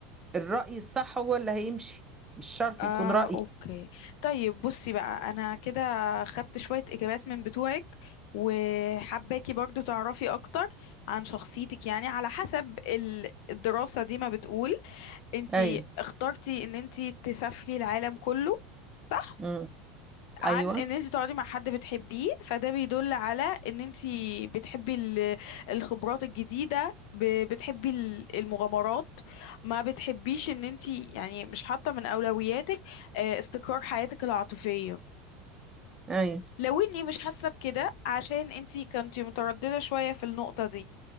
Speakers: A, on the right; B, on the left.
A: الرأي الصح هو اللي هيمشي مش شرط
B: اه
A: يكون رأيي
B: اوكي طيب بصي بقى انا كده خدت شوية اجابات من بتوعك وحباكي برضو تعرفي اكتر عن شخصيتك يعني على حسب ال- الدراسة دي ما بتقول انتي
A: اي
B: اخترتي ان انتي تسافري العالم كله صح؟
A: امم
B: عن
A: ايوه
B: ان انت تقعدي مع حد بتحبيه فده بيدل على ان انت بتحبي ال- الخبرات الجديدة ب- بتحبي ال- المغامرات ما بتحبيش ان انت يعني مش حاطة من اولوياتك آه، استقرار حياتك العاطفية
A: اي
B: لو اني مش حاسة بكده عشان انتي كنتي مترددة شوية في النقطة دي